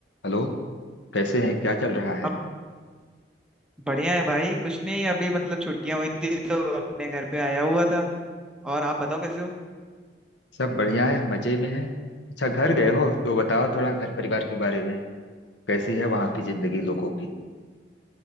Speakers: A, on the left; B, in the centre.
A: Hello कैसे हैं क्या चल रहा है
B: अब बढ़िया है भाई कुछ नहीं अभी मतलब छुट्टियां हुई थी तो अपने घर पे आया हुआ था और आप बताओ कैसे हो
A: सब बढ़िया है मजे में है अच्छा घर गए हो तो बताओ थोड़ा घर परिवार के बारे में कैसी है वहाँ की जिंदगी लोगों की